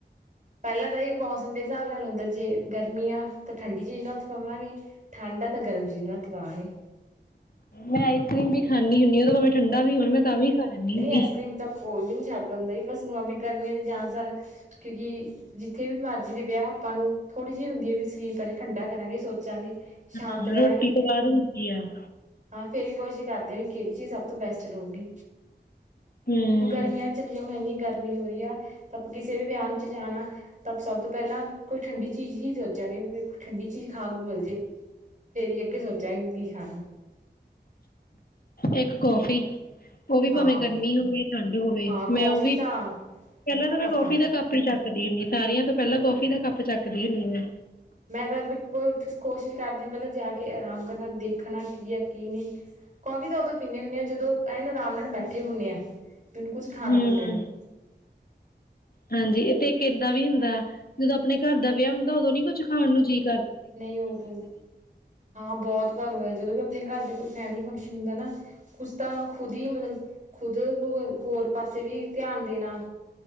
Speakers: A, on the right (about 45°); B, on the left (about 55°).
A: ਪੈਲਾਂ ਤਾਂ ਇਹ ਮੌਸਮ ਦੇ ਹਿਸਾਬ ਨਾਲ ਹੁੰਦਾ ਜੇ ਗਰਮੀ ਆ ਤਾਂ ਠੰਡੀ ਚੀਜ਼ ਨੂੰ ਹੱਥ ਪਾਵਾਂਗੇ ਠੰਡ ਆ ਤਾਂ ਗਰਮ ਚੀਜ਼ ਨੂੰ ਹੱਥ ਪਾਵਾਂਗੇ।
B: ਮੈਂ ਆਈਸ ਕਰ੍ਰੀਮ ਵੀ ਖਾਨੀ ਹੁਨੀ ਆਂ ਭਾਵੇ ਠੰਡਾ ਵੀ ਹੋਣ ਮੈਂ ਤਾਂ ਵੀ ਖਾ ਲੈਂਦੀ
A: ਨਈ
B: ਹੁੰਦੀ।
A: ਆਈਸ ਕਰ੍ਰੀਮ ਤਾਂ ਕੋਈ ਵੀ ਨੀ ਸ਼ਡ ਹੁੰਦਾ ਬਸ ਨੂੰ ਆਪ ਵੀ ਗਰਮੀਆਂ ਚ ਜਆਦਾ ਤਰ ਕਿਉਂਕਿ ਜਿੱਥੇ ਵੀ ਮਰਜ਼ੀ ਦੇ ਵਿਆਹ ਆਪਾਂ ਨੂੰ ਥੋੜ੍ਹੀ ਜਿਹੀ ਹੁੰਦੀ ਹੈ ਵੀ ਅਸੀ ਪਹਿਲਾਂ ਠੰਡਾ ਕਰਾਂਗੇ ਸੋਚਾਂਗੇ। ਸ਼ਾਂਤ
B: ਹਾਂ
A: ਕਰਾਂਗੇ
B: ਰੋਟੀ ਤੋਂ ਬਾਦ ਹੁੰਦੀ ਆ।
A: ਹਾਂ ਫੇਰ ਵੀ ਕੋਸ਼ਿਸ਼ ਕਰਦੇ ਵੀ ਕੇਹੜੀ ਚੀਜ਼ ਸਭ ਤੋਂ ਬੈਸਟ ਰਹੁਗੀ।
B: ਹੂੰ
A: ਗਰਮੀਆਂ ਚਲੀ ਜਾਏ ਮੈ ਏਨੀ ਗਰਮ ਮੀ ਹੋ ਰਹੀ ਆ ਤਾਂ ਆਪਾਂ ਕਿਸੇ ਵੀ ਵਿਆ ਚ ਜਾਣਾ ਤਾਂ ਸਭ ਤੋਂ ਪਹਿਲਾਂ ਕੋਈ ਠੰਡੀ ਚੀਜ਼ ਹੀ ਸੋਚਾਂਗੇ ਵੀ ਠੰਡੀ ਚੀਜ਼ ਖਾਣ ਨੂੰ ਮਿਲ ਜੇ ਫੇਰ ਹੀ ਅੱਗੇ ਸੋਚਾਂਗੇ ਕੀ ਖਾਣਾ?
B: ਏਕ ਕੌਫੀ। ਓ ਵੀ ਭਾਵੇਂ
A: ਹਾਂ
B: ਗਰਮੀ ਹੋਵੇ ਠੰਡ ਹੋਵੇ
A: ਹਾਂ ਕੌਫੀ
B: ਮੈਂ ਓ ਵੀ
A: ਤਾਂ
B: ਪਹਿਲਾਂ ਤਾਂ ਮੈਂ
A: ਪੱਕਾ
B: ਕੌਫੀ ਦਾ ਕੱਪ ਹੀ ਚੱਕਦੀ ਹੁੰਨੀ ਸਾਰੇਆਂ ਤੋਂ ਪਹਿਲਾਂ ਕੌਫੀ ਦਾ ਕੱਪ ਪ ਚੱਕਦੀ ਹੁੰਨੀ ਆ।
A: ਮੈਂ ਤਾਂ ਕੋ ਕੋਸ਼ਿਸ਼ ਕਰਦੀ ਪਹਿਲਾਂ ਜਾ ਕੇ ਆਰਾਮ ਕਰਨਾ ਦੇਖਣਾ ਕੀ ਹੈ ਕੀ ਨੀ ਕੌਫੀ ਤਾਂ ਉਦੋਂ ਪੀਂਦੇ ਹੁੰਨੇ ਆ ਜਦੋਂ ਐਨ ਆਰਾਮ ਨਾਲ ਬੈਠੇ ਹੁੰਨੇ ਆਂ। ਨੂੰ ਕੁਝ ਖਾਣਾ
B: ਹੂੰ
A: ਪੀਣਾ ਨਈ।
B: ਹਾਂਜੀ ਤੇ ਏਕ ਏਦਾਂ ਵੀ ਹੁੰਦਾ ਜਦੋਂ ਆਪਣੇ ਘਰ ਦਾ ਵਿਆਹ ਹੁੰਦਾ ਉਦੋਂ ਨੀ ਕੁਛ ਖਾਣ ਨੂੰ ਜੀ
A: ਨਈ ਓਦੋਂ ਹਾਂ ਬਹੁਤ ਵਾਰ ਹੋਇਆ ਜਦੋਂ ਵੀ ਜਦ ਘਰ ਦੇ ਕੋਈ ਫੈਮਲੀ ਫੰਕਸ਼ਨ ਹੁੰਦਾ ਨਾ ਉਸ ਤਾਂ ਖੁਦ ਹੀ ਮਤਲਬ ਖੁਦ ਨੂੰ ਹੋਰ ਪਾਸੇ ਵੀ ਧਿਆਨ ਦੇਣਾ।